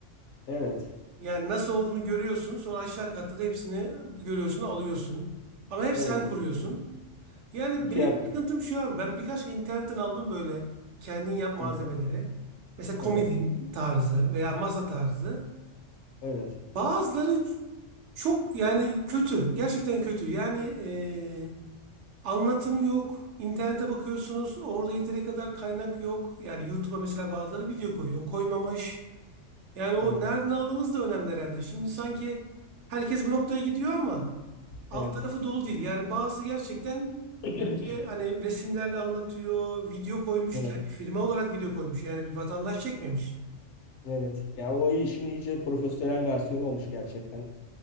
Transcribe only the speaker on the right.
Yani nasıl olduğunu görüyorsun sonra aşağı katta da hepsini görüyorsun alıyorsun. Ama hep
sen kuruyorsun.
Yani
benim
sıkıntım şu abi ben birkaç kere internetten aldım böyle kendin yap malzemeleri.
Mesela komodin
tarzı veya masa tarzı.
Bazıları çok yani kötü gerçekten kötü yani e, Anlatım yok. İnternete bakıyorsunuz. Orada yeteri kadar kaynak yok. Yani YouTube'a mesela bazıları video koyuyor. Koymamış. Yani
o nereden aldığınız da önemli herhalde. Şimdi sanki herkes bu noktaya gidiyor ama alt
tarafı dolu değil. Yani bazı gerçekten
işte hani resimlerle anlatıyor. Video koymuş.
Kendi firma olarak video koymuş. Yani bir vatandaş çekmemiş.